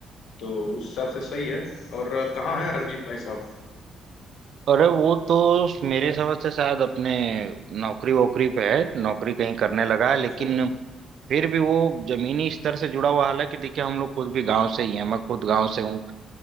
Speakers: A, on the left; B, on the right.
A: तो उस हिसाब से सही है और कहाँ है रंजीत भाई साहब
B: अरे वो तो मेरे समझ से शायद अपने नौकरी वोकरी पे है नौकरी कहीं करने लगा है
A: अच्छा
B: लेकिन
A: अच्छा
B: फिर भी वो जमीनी स्तर से जुड़ा हुआ हालांकि देखिए हम लोग खुद भी गांव से ही हैं मैं खुद गांव से हूँ